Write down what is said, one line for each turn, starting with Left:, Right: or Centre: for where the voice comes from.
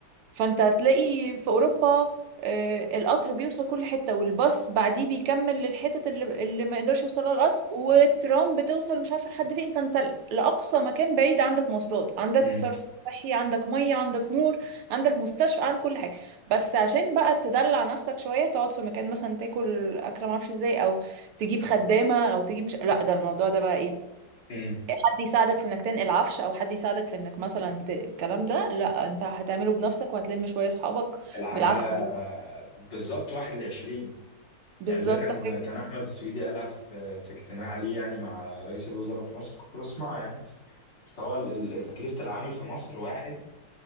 Right: فانت هتلاقي في اوروبا آه، القطر بيوصل كل حته والباص بعديه بيكمل للحتت اللي, اللي ما يقدرش يوصلها القطر والترام بتوصل مش عارفه لحد فين فانت ل- لاقصى مكان بعيد عندك مواصلات عندك
Left: مم.
Right: صرف صحي عندك ميه عندك نور عندك مستشفى عندك كل حاجه بس عشان بقى تدلع نفسك شويه تقعد في مكان مثلا تاكل اكله ما اعرفش ازاي او تجيب خدامه او تجيب مش لا ده الموضوع ده بقى ايه
Left: مم.
Right: حد يساعدك في انك تنقل عفش او حد يساعدك في انك مثلا ت- الكلام ده لا انت هتعمله بنفسك وهتلم شويه اصحابك
Left: العمالة
Right: بالعافيه
Left: بالظبط واحد لعشرين
Right: بالظبط
Left: يعني ده كان
Right: حاجه
Left: كان أحمد السويدي قالها في في اجتماع ليه يعني مع رئيس الوزراء في مصر كنت بسمع يعني بس هو ال- ال- تكلفة العامل في مصر واحد